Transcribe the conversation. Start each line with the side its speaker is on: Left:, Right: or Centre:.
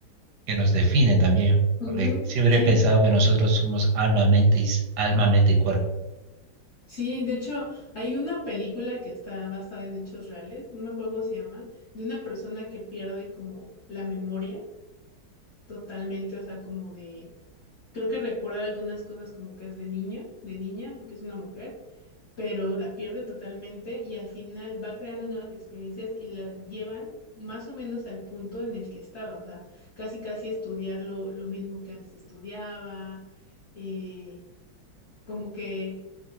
Right: que nos define también, porque
Left: Ujú,
Right: siempre
Left: Sí,
Right: he pensado que nosotros somos alma, mente y, s- alma, mente y cuerpo.
Left: sí, de hecho hay una película que está basada en hechos reales, no me acuerdo cómo se llama, de una persona que pierde como la memoria totalmente, o sea, como de Creo que recuerda algunas cosas como que es de niño, de niña, porque es una mujer, pero la pierde totalmente y al final va creando nuevas experiencias y la llevan más o menos al punto en el que estaba, o sea, casi casi estudiar lo, lo mismo que antes estudiaba, eh, como que